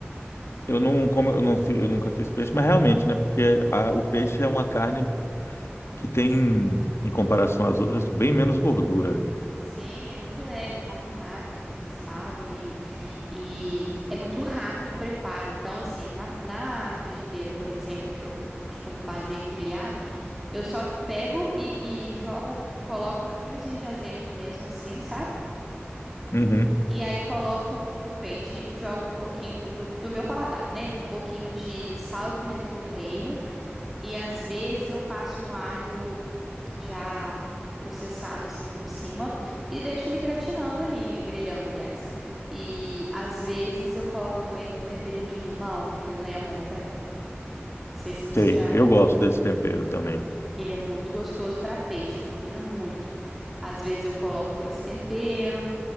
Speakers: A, on the left; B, in the centre.
A: eu não como eu não fi- eu nunca fiz peixe, mas realmente, né? Porque a- o peixe é uma carne que tem, em comparação às outras, bem menos gordura, né?
B: Sim, é muito leve, carne magra, né, que eles falam, e, e é muito rápido o preparo. Então, assim, na, na frigideira, por exemplo, que eu costumo fazer grelhado, eu só pego e, e jogo, coloco um fiozinho de azeite mesmo, assim, sabe?
A: Uhum.
B: E aí coloco o peixe, jogo um pouquinho o do, do meu paladar, né? Um pouquinho de sal e pimenta do reino E às vezes eu passo um alho já processado assim por cima e deixo ele gratinando ali, grelhando, aliás. E às vezes eu coloco também um temperinho de limão, aquele lemon pepper. Não sei se você
A: Sei,
B: já.
A: eu gosto desse tempero também.
B: Ele é muito gostoso para peixe, combina muito. Às vezes eu coloco esse tempero.